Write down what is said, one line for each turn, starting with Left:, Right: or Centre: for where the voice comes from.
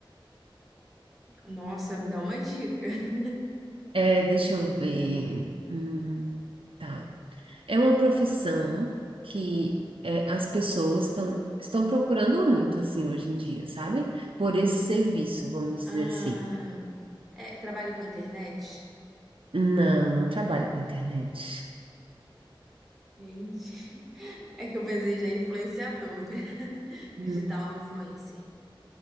Centre: Nossa, me dá uma dica. <laughs>
Right: É, deixa eu ver. Hum, tá. É uma profissão que é, as pessoas estão estão procurando muito, assim, hoje em dia, sabe? Por esse serviço, vamos dizer
Centre: Ah,
Right: assim.
Centre: é, trabalha com internet?
Right: Não, não trabalho com internet.
Centre: Gente, <laughs> é que eu pensei já em influenciador, né?
Right: Não,
Centre: Digital influencer.